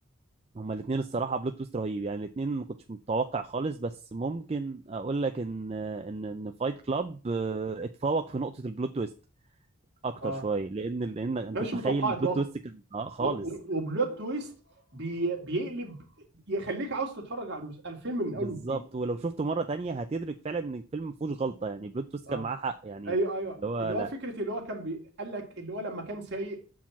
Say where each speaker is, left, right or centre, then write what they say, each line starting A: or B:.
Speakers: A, on the right; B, on the right.
A: هما الاثنين الصراحه بلوت تويست رهيب يعني الاثنين ما كنتش متوقع خالص بس ممكن اقول لك ان ان ان فايت كلاب آه، اتفوق في نقطه البلوت تويست اكتر
B: اه
A: شويه لان لان انت
B: ما كانش
A: متخيل
B: متوقع
A: البلوت
B: اطلاقا
A: تويست كان اه خالص
B: و- و- وبلوت تويست بي بيقلب يخليك عاوز تتفرج على المس- على الفيلم من
A: بالظبط
B: اول وجديد
A: ولو شفته مره تانية هتدرك فعلا ان الفيلم ما فيهوش غلطه يعني البلوت تويست
B: اه
A: كان معاه حق يعني
B: ايوه ايوه
A: اللي هو
B: اللي
A: لا
B: هو فكره اللي هو كان بي... قال لك اللي هو لما كان سايق